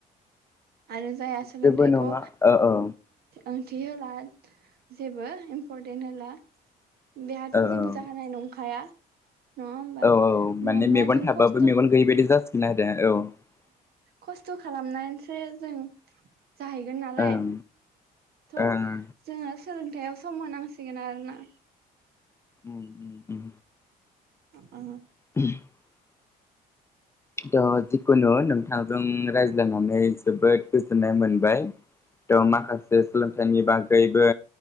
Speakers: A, on the right; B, on the left.
A: आरो जायहा सोलोंथाइखौ
B: जेबो नङा औ औ
A: ओंथि होला जेबो इम्परटेन्ट होला बेहाथ
B: औ
A: जेबो
B: औ
A: जाहानाय नंखाया। नङा होमबा
B: औ माने
A: मानोना
B: मेगन
A: जों
B: थाबाबो
A: खस्थ औ
B: मेगन गैयि बायदि जासिगोन आरो औ
A: खस्थ खालामनानैसो बे जों जाहैगोन नालाय।
B: ओं
A: थ
B: ओं
A: जोङो सोलोंथायाव सम होनांसिगोन आरो ना।
B: उम उम
A: अ
B: <inaudible> दा जिखुनु नों नोंथांजों रायज्लायनानै जोबोद गोजोननाय मोनबाय थ माखासे सोलोंथाइनि बागैबो